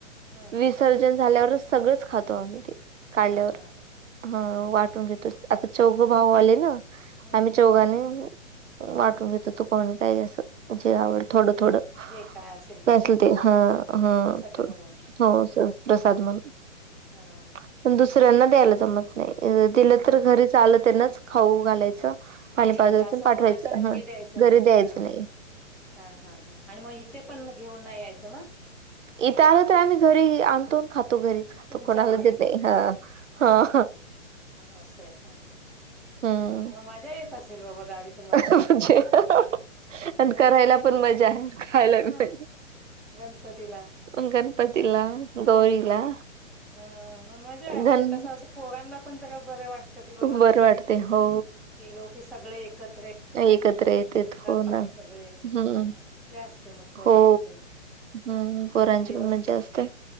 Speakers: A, in the centre; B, on the right.
A: हम्म
B: विसर्जन झाल्यावरच सगळंच खातो आम्ही ते काढल्यावर.
A: हा हा हम्म
B: हा वाटून
A: हम्म
B: घेतोच तो. आता चौघे भाऊ आले ना
A: हम्म
B: आम्ही चौघांनी वाटून
A: हम्म
B: घेतो तर तू कोणी काही असं म्हणजे आवड
A: हम्म
B: थोडं
A: हम्म.
B: थोडं
A: जे काय असेल त्याच्यातलं
B: तर असल ते हा हा
A: सगळे
B: थो
A: म्हणून
B: हो असं प्रसाद म्हणून
A: हा
B: दुसऱ्यांना द्यायला जमत नाही अ दिलं
A: हा
B: तर घरीच आलं त्यांनाच खाऊ घालायचं. पाणी
A: अच्छा
B: पाजवायचं
A: म्हणजे असं
B: आणि पाठवायचं
A: कुणाच्या घरी
B: हा
A: द्यायचं
B: घरी
A: नाही
B: द्यायचं
A: हा
B: नाही
A: हा हा हा. आणि म इथे पण घेऊन नाही यायचं म?
B: इथं आलं तर आम्ही घरी आणतो आन खातो घरीच खातो
A: तुमच्याच
B: कोणाला
A: घरी
B: देत नाही हा. हा हा.
A: असंय का
B: हम्म
A: मग मजा येत असेल बाबा गावी. तुम्हाला
B: <unintelligible>
A: मग ग-
B: करायला पण मजा आहे खायला
A: हा
B: पण मजा.
A: गणपतीला
B: पण गणपतीला गौरीला.
A: आं मग मजा आहे म्हणजे
B: गण
A: तसं असं पोरांनला पण सगळा बघ वाटतं कि बाबा
B: बरं वाटते हो
A: गेलो की सगळे एकत्र
B: एकत्र येतात हो
A: बाकी
B: ना हम्म
A: सगळे मजा असते मग पोरांची
B: हो.
A: पण
B: हम्म
A: ते
B: पोरांची
A: दिवस
B: पण मज्जा असते.